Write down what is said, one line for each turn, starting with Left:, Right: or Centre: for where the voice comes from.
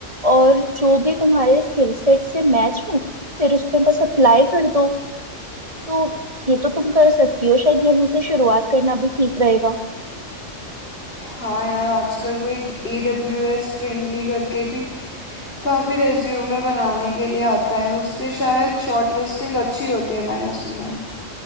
Right: और जो भी तुम्हारे स्किल सेट से मैच हो फिर उस पे बस अप्लाई कर दो तो ये तो तुम कर सकती हो शायद यहीं से शुरुआत करना भी ठीक रहेगा
Left: हाँ यार आजकल वो एक ए डब्ल्यू एस फ्रेंडली करके भी काफी रेज्यूमे बनाने के लिए आता है उससे शायद शॉर्ट लिस्टिंग अच्छी होती है मैंने सुना है